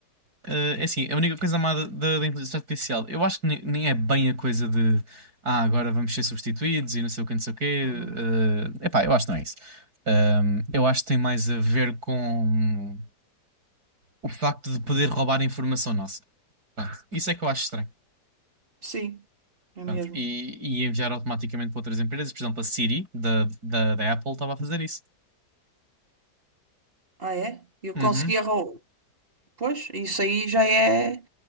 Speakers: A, on the right (about 65°); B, on the right (about 30°).
A: Eh, é assim, a única coisa má da, da- da inteligência artificial, eu acho que ne- nem, é bem a coisa de ah, agora vamos ser substituídos e não sei o que, não sei o quê.
B: Uhum.
A: Eh, epá, eu acho que não é isso. Ahm, eu acho que tem mais a ver com o facto de poder roubar a informação nossa. Pronto, isso é que eu acho estranho.
B: Sim, é
A: Pronto,
B: mesmo.
A: e, e enviar automaticamente para outras empresas, por exemplo, a Siri da, da, da Apple estava a fazer isso.
B: Ah, é? Eu
A: Uhum.
B: consegui arrou... Pois, isso aí já é.